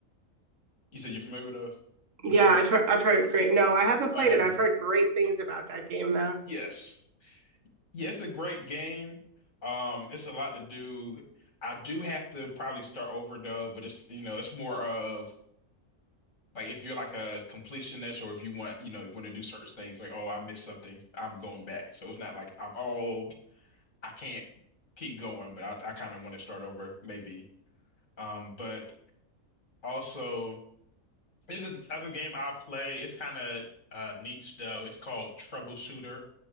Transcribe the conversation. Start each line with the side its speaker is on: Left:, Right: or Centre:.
Left: You said you're familiar with those?
Right: Yeah,
Left: You played
Right: I've
Left: those?
Right: heard I've heard great. No, I haven't
Left: Oh,
Right: played
Left: you heard
Right: it. I've
Left: of them?
Right: heard great things about that game though.
Left: Yes. Yeah, it's a great game. Um, it's a lot to do. I do have to probably start over though, but it's you know, it's more of like if you're like a completionist or if you want, you know, you want to do certain things like, oh, I missed something, I'm going back. So it's not like I'm oh, I can't keep going, but I, I kind of want to start over maybe. Um, but also. There's this other game I play. It's kind of uh, niche though. It's called Troubleshooter,